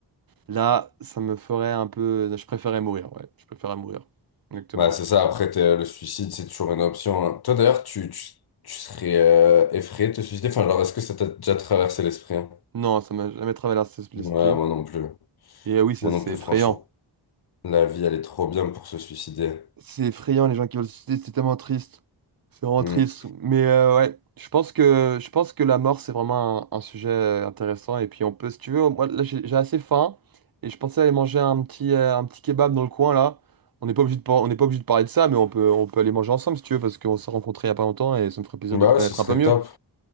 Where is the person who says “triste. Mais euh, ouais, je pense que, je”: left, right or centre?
Right